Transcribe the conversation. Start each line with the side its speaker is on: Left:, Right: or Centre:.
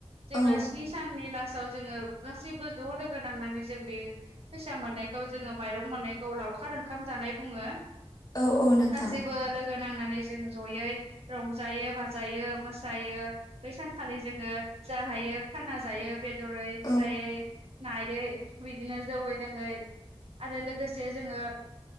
Right: जेब्ला
Left: औ
Right: स्नि साननि ला साव जोङो गासैबो ज' लोगो नांनानै जों बे फैसा मोननायखौ जोङो माइरं मोननायखौ लाउ खार ओंखाम जानाय बुङो
Left: औ औ नोंथां
Right: गासैबो लोगो नांनानै जों जयै रंजायो बाजायो मोसायो बै सानखालि जोङो जाहायो खाना जायो। बेदरै
Left: औ
Right: फिसायै नायै बिदिनो जौयै लोङै आरो लोगोसे जोङो